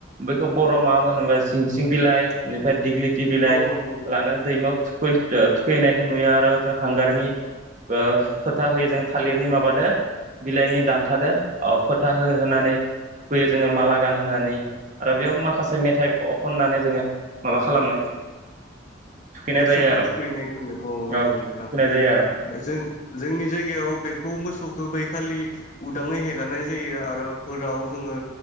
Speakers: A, on the right; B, on the left.
A: बेखौ बर आव मा मोनोमबा जिंसिं बिलाइ बेनिफ्राय दिग्लि थिबिलाय
B: औ नंगौ नोंथां
A: लानो दैमा <unintelligible> थुखैनायखो नुयो आरो जो हांगारनि ओ फोथा होयो जों थालिरनि माबादो बिलाइनि दान्थादो अ फोथा हो-होनानै थुखैयो जोंङो माला गान होनानै आरो बेयाव माखासे मेथाइ। अ-खननानै जोंङो माबा खालामो। थुखैनाय
B: मोसौखौ
A: जायो आरो
B: थुखैनायखौ औ नंगौ
A: ओ
B: नंगौ
A: थुखैनाय जायो आरो
B: आं जों जोंनि जायग याव बेखौ मोसौखौ बैखालि उदाङै हेगारनाय जायो आरो होराव जोंङो